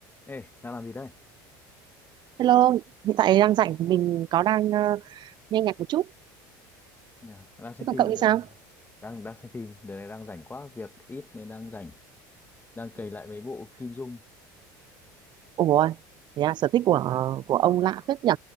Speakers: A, on the left; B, on the right.
A: Ê, đang làm gì đây?
B: Hello, hiện tại đang rảnh mình có đang ờ, nghe nhạc một chút.
A: nhà Đang xem
B: Thế còn
A: phim
B: cậu thì
A: đợt
B: sao?
A: này. Đang đang xem phim, đợt này đang rảnh quá, việc ít nên đang rảnh, đang cày lại mấy bộ Kim Dung.
B: Ủa, thế à, sở thích của của ông lạ phết nhỉ?